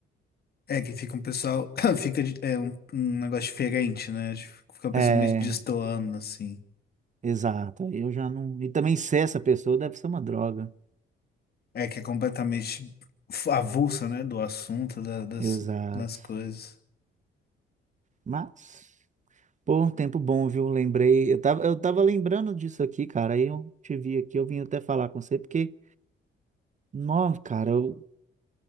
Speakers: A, on the left (about 50°); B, on the right (about 40°).
A: É, que fica um pessoal, <coughs> <clears throat> fica de- é, um, um negócio diferente, né? Fica uma pessoa
B: É,
A: meio destoando, assim.
B: exato. Aí Eu já não. E também ser essa pessoa deve ser uma droga.
A: É, que é completamente avulsa, né, do assunto, da- das,
B: Exato.
A: das coisas.
B: Mas, pô, um tempo bom, viu? Lembrei. Eu tava, eu tava lembrando disso aqui, cara. Aí eu te vi aqui, eu vim até falar com você, porque, não, cara, eu,